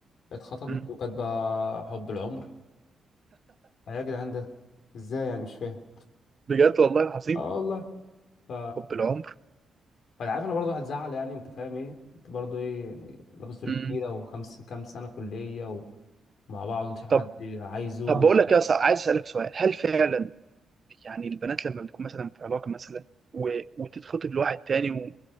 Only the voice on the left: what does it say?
اتخطبت
وكانت بقى حب العمر آه يا جدعان ده ازاي يعني مش فاهم
اه والله ف
فانا عارف ان برضه هتزعل يعني انت فاهم ايه انت برضه ايه يعني لابس دور
كبيره وخمس كام سنه كليه ومع بعض انت شايف
حد عايزه